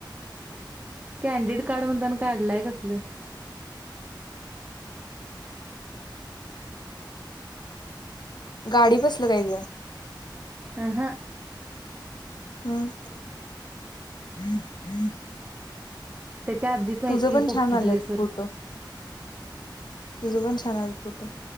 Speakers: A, on the right; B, on the left.
A: कॅनडिड काढ म्हणत ना काढलय कसल.
B: गाडी बसल काय ग?
A: आहा
B: <unintelligible>
A: त्याच्या आधीच आहेत
B: तुझ
A: की
B: पण
A: पोपटी
B: छान आलत
A: ड्रेसवरच
B: फोटो, तुझ पण छान आल फोटो,